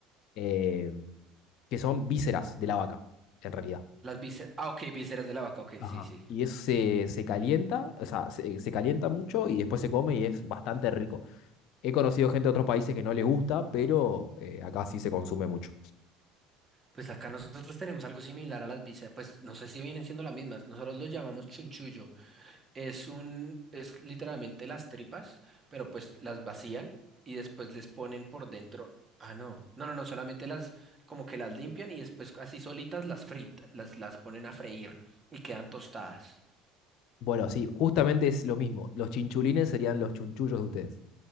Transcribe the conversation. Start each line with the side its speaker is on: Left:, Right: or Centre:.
Left: eh, que son vísceras de la vaca, en realidad.
Right: Las vísceras, ah, ok, vísceras de la vaca, ok,
Left: Ajá.
Right: sí, sí.
Left: Y eso se, se calienta, o sea, se, se calienta mucho y después se come y es bastante rico. He conocido gente de otros países que no les gusta, pero eh, acá sí se consume mucho.
Right: Pues acá nosotros tenemos algo similar a las bisas, pues no sé si vienen siendo las mismas, nosotros lo llamamos chunchullo, es un, es literalmente las tripas, pero pues las vacían y después les ponen por dentro, ah no, no, no, no, solamente las, como que las limpian y después así solitas las fritan, las, las ponen a freír y quedan tostadas.
Left: Bueno, sí, justamente es lo mismo. Los chinchulines serían los chunchullos de ustedes.